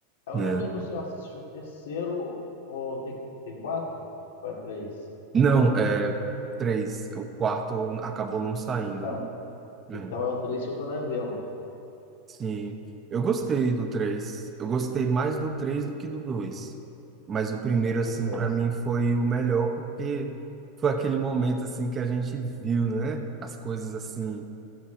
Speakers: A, on the left; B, on the right.
A: Eu
B: É.
A: não lembro se eu assisti o terceiro ou tem, tem quatro? Ou é três?
B: Não, é três. O quarto acabou não saindo.
A: Então,
B: É.
A: então é o três que eu tô devendo.
B: Sim, eu gostei do três Eu gostei mais do 3 do que do dois Mas o primeiro,
A: Pois
B: assim,
A: é.
B: para mim foi o melhor, porque foi aquele momento, assim, que a gente viu, né? As coisas, assim,